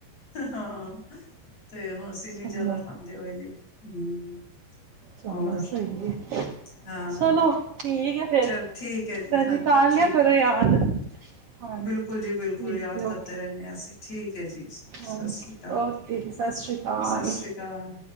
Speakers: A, on the left; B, on the right.
A: ਹਾਂ ਤੇ ਹ ਅਸੀਂ ਇਨੀ
B: ਚਲੋ
A: ਜਿਆਦਾ ਖਾਂਦੇ ਹੋ ਇਨੀ ਹਮ
B: ਚਲੋ
A: ਹੋਰ
B: ਸਹੀ ਹੈ
A: ਹਾਂ
B: ਚਲੋ <unintelligible> ਫਿਰ
A: ਚਲ ਠੀਕ ਹੈ ਜੀ ਹਾਂਜੀ
B: ਨ ਕਰ
A: ਠੀਕ
B: ਲਿਆ ਕਰੋ
A: ਹੈ
B: ਯਾਦ ਹਾਂਜੀ
A: ਬਿਲਕੁਲ ਜੀ ਬਿਲਕੁਲ
B: ਠੀਕ
A: ਯਾਦ
B: ਹੈ
A: ਕਰਦੇ
B: ਓਕੇ
A: ਰਹਿੰਦੇ ਹਾਂ ਅਸੀਂ ਠੀਕ ਠੀਕ ਜੀ ਸਤਿ
B: ਹਾਂਜੀ
A: ਸ੍ਰੀ ਅਕਾਲ
B: ਓਕੇ ਜੀ ਸਤਿ ਸ਼੍ਰੀ ਅਕਾਲ
A: ਸਤਿ ਸ੍ਰੀ ਅਕਾਲ